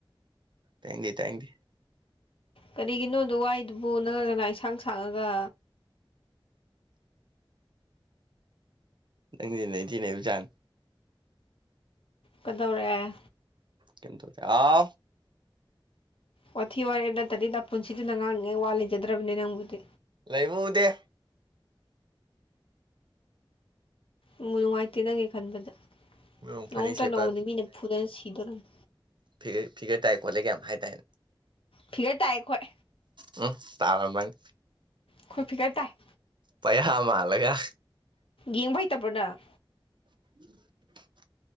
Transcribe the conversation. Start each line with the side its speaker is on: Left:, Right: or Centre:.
Right: ꯊꯦꯡꯨ ꯊꯦꯡꯨ
Left: ꯀꯔꯤꯒꯤꯅꯣꯗꯣ ꯋꯥꯏꯗꯨꯕꯨ ꯅꯪꯒꯅꯥ ꯑꯦꯟꯁꯥꯡ ꯁꯥꯡꯉꯒ
Right: ꯅꯪꯩ ꯅꯦꯕꯨꯖꯥꯟ
Left: ꯀꯗꯧꯔꯑꯦ
Right: ꯀ ꯑ
Left: ꯋꯥꯊꯤ ꯋꯥꯔꯦꯞ ꯅꯠꯇꯗꯤꯗ ꯄꯨꯟꯁꯤꯗꯨꯅ ꯉꯥꯡꯔꯤꯉꯩ ꯋꯥ ꯂꯩꯖꯗ꯭ꯔꯕꯅꯦ ꯅꯪꯕꯨꯗꯤ
Right: ꯂꯩꯕꯨꯗꯦ
Left: ꯎ ꯅꯨꯡꯉꯥꯏꯇꯦ ꯅꯪꯒꯤ ꯈꯟꯕꯗ
Right: ꯃꯑꯣꯡ ꯐꯅꯦꯛ
Left: ꯅꯣꯡꯝꯇ
Right: ꯁꯦꯠꯄ
Left: ꯅꯣꯡꯃꯅꯤ ꯃꯤꯅ ꯐꯨꯅ ꯁꯤꯗꯣꯔꯝꯅꯤ
Right: ꯐꯤꯔ ꯐꯤꯒꯔ ꯇꯥꯏ ꯈꯣꯠꯂꯦ ꯀ ꯌꯥꯝ ꯍꯥꯏꯇꯥꯔꯅꯦ
Left: ꯊꯤꯔꯦ ꯇꯥꯏꯦ ꯑꯩꯈꯣꯏ
Right: ꯎꯝ ꯇꯔꯥ ꯃꯅꯤ
Left: ꯈꯨꯣꯏ ꯐꯤꯔ ꯇꯥꯏ
Right: ꯄꯩꯌꯥꯥ ꯃꯥꯜꯂꯒ
Left: ꯌꯦꯡꯕ ꯍꯩꯇꯕ꯭ꯔꯅ
Right: <unintelligible>